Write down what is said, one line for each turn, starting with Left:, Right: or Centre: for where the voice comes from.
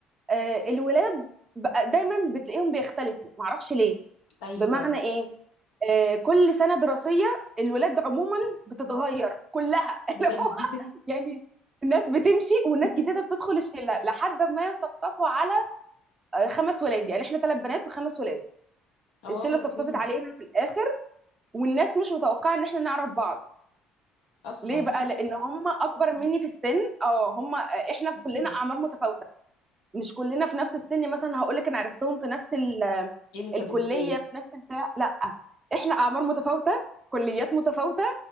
Right: آه، الولاد بقى دايما بتلاقيهم بيختلفوا معرفش ليه
Left: ايوه
Right: بمعنى ايه آه، كل سنه دراسيه الولاد عموما بتتغير كلها <laughs> اللي
Left: بجد
Right: هو يعني الناس بتمشي والناس
Left: <laughs>
Right: جديده بتدخل الشله لحد ما يصفصفوا على آه، خمس ولاد يعني احنا ثلاث بنات وخمس ولاد
Left: اه
Right: الشله صفصفت
Left: فهمت
Right: علينا في الاخر والناس مش متوقعه ان احنا نعرف بعض
Left: اصلا
Right: ليه بقى لان هم اكبر مني
Left: <laughs>
Right: في السن اه هم آه، احنا
Left: مم.
Right: كلنا اعمار متفاوته مش كلنا في نفس السن مثلا هقول لك انا عرفتهم في نفس ال-
Left: ايه ده طب
Right: الكليه
Left: ازاي
Right: في نفس البتاع لا احنا اعمار متفاوته كليات متفاوته